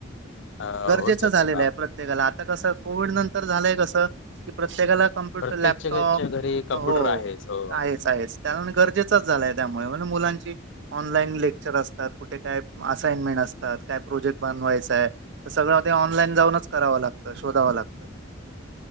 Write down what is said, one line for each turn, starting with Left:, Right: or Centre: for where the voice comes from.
Left: अ, होत
Right: गरजेचं
Left: जातंय
Right: झालेलं
Left: काम.
Right: आहे प्रत्येकाला आता कस कोविड नंतर झालंय कस स की प्रत्येकाला कम्प्युटर
Left: प्रत्येकच्या
Right: लॅपटॉप
Left: घरच्या घरी कम्प्युटर
Right: हो
Left: आहेच. हो.
Right: आहेच आहेच त्याला गरजेचाच झालाय त्यामुळे म्हणजे मुलांची ऑनलाईन लेक्चर असतात. कुठे काय असाइनमेंट असतात. काय प्रोजेक्ट बनवायचाय त सगळं ते ऑनलाईन जाऊनच करावं लाग त शोधावं लागतं.